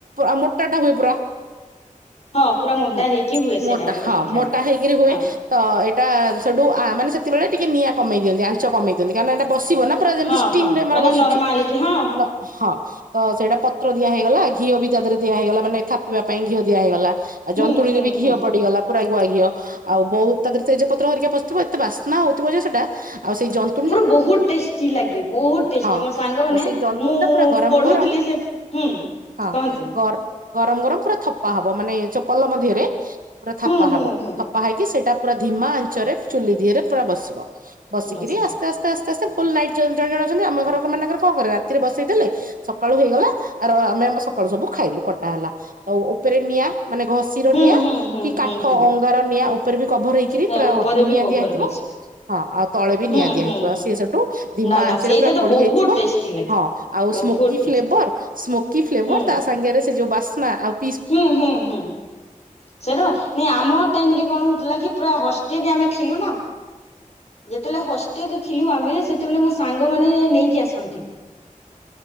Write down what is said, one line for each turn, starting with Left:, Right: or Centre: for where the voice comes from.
Right: ଆଉ ମୋଟା ଟା ହୁଏ ପୁରା।
Left: ହଁ ପୁରା ମୋଟା
Right: ହୁଁ
Left: ହେଇକି ହୁଏ ସେଇଟା
Right: ମୋଟା
Left: ପୋଡ
Right: ହଁ
Left: ପିଠା
Right: ମୋଟା
Left: ଟା
Right: ହେଇକିରି ହୁଏ।
Left: ହଁ
Right: ତ ଏଟା ସେଠୁ ଆ ମାନେ ସେତିବେଳେ ଟିକେ ନିଆଁ କମେଇ ଦିଅନ୍ତି ଆଞ୍ଚ କମେଇ ଦିଅନ୍ତି କାରଣ ଏଟା ବସିବ ନା ପୁରା ଯେମତି
Left: ହଁ
Right: ଷ୍ଟିମ୍
Left: ହଁ
Right: ରେ ଆମର
Left: ମାନେ
Right: ବସୁଚି
Left: ନରମାଲିକି ହଁ
Right: ନ ହଁ। ତ ସେଇଟା ପତ୍ର ଦିଆ ହେଇଗଲା ଘିଅ ବି ତା ଦିହରେ ଦିଆ ହେଇଗଲା ମାନେ ଥାପିବା ପାଇଁ ଘିଅ ଦିଆ ହେଇଗଲା। ଆଉ
Left: ହୁଁ
Right: ଜନ୍ତୁଣୀରେ
Left: ହୁଁ
Right: ବି ଘିଅ
Left: ହୁଁ
Right: ପଡିଗଲା ପୁରା ଗୁଆ ଘିଅ ଆଉ ବୋଉ ତା ଦେହରେ ତେଜ ପତ୍ର ହେରିକା ପସିଥିବ ଏତେ ବାସ୍ନା ହଉ ଥିବ ଯେ ସେଟା ଆଉ ସେଇ ଜନ୍ତ୍
Left: ପୁରା ବହୁତ୍ ଟେଷ୍ଟି ଲାଗେ ବହୁତ୍ ଟେଷ୍ଟି
Right: ହଁ
Left: ମୋ ସାଙ୍ଗ ମାନେ
Right: ଆଉ ସେଇ ଜନ୍ତୁଣୀ
Left: ମୁଁ
Right: ଟା ପୁରା ଗରମ
Left: ପଢୁଥିଲି
Right: ଗରମ
Left: ସେଠି ହୁଁ।
Right: ହଁ
Left: କହନ୍ତୁ
Right: ଗର୍- ଗରମ୍ ଗରମ୍ ପୁରା ଥପା ହବ ମାନେ ଚପଲ ମଧ୍ୟରେ ପୁରା ଥାପା
Left: ହୁଁ ହୁଁ
Right: ହବ ହ
Left: ହୁଁ
Right: ଥାପା ହେଇକି ସେଟା ପୁରା ଧିମା ଆଞ୍ଚରେ ଚୁଲି ଦିହରେ ପୁରା ବସିବ ବସିକିରି
Left: ବସ
Right: ଆସ୍ତେ -ଆସ୍ତେ- ଆସ୍ ସ୍ତେ ଫୁଲ ନାଇଟ୍ ଜଣ ଜଣ ଅଛନ୍ତି ଆମ ଘର ମାନଙ୍କର କଣ କରେ ରାତିରେ ବସେଇ ଦେଲେ ସକାଳୁ ହେଇଗଲା ଆର ଆମେ ସକାଳୁ ସବୁ ଖାଇଲୁ କଟା ହେଲା ତ ଉପରେ ନିଆଁ ମାନେ ଘଷ୍ ଘସିର
Left: ହୁଁ
Right: ନିଆଁ
Left: ହୁଁ ହୁଁ
Right: କି
Left: ହୁଁ
Right: କାଠ
Left: ହୁଁ
Right: ଅଙ୍ଗାର ନିଆଁ ଉପରେ ବି କଭର୍ ହେଇକିରି
Left: ତା
Right: ପୁରା
Left: ଉପରେ ବି
Right: ନିଆଁ
Left: କଭର
Right: ଦିଆ ହେଇଥିବ
Left: ହୁଏ ସେଟା
Right: ହଁ ଆଉ ତଳେ ବି
Left: ହୁଁ
Right: ନିଆଁ ଦିଆ
Left: ହୁଁ
Right: ହେଇଥିବ
Left: ହୁଁ
Right: ସିଏ ସଠୁ ଧିମା
Left: ନା ନା
Right: ଆଞ୍ଚରେ
Left: ସେଇଟା
Right: ପୁରା
Left: ତ
Right: ପଡି
Left: ବହୁତ
Right: ଯାଇଥିବ
Left: ଟେଷ୍ଟି ଲାଗେ
Right: ହଁ। ଆଉ
Left: ବହୁତ
Right: ସ୍ମୋକି
Left: ଟେଷ୍ଟି
Right: ଫ୍ଲେଭର୍ ସ୍ମୋକି ଫ୍ଲେଭର୍
Left: ହୁଁ
Right: ତା ସାଙ୍ଗରେ ସେ ଯୋଉ ବାସ୍ନା ଆଉ ପିସ୍
Left: ହୁଁ -ହୁଁ -ହୁଁ। ସେଇଟା ନାଇଁ ନି ଆମ ଟାଇମ୍ ରେ କଣ ହଉଥିଲା କି ପୁରା ହଷ୍ଟେଲ୍ ରେ ଆମେ ଥିଲୁ ନା? ଯେତେବେଳେ ହଷ୍ଟେଲରେ ଥିଲୁ ଆମେ ସେତେବେଳେ ମୋ ସାଙ୍ଗ ମାନେ ନେଇକି ଆସନ୍ତି।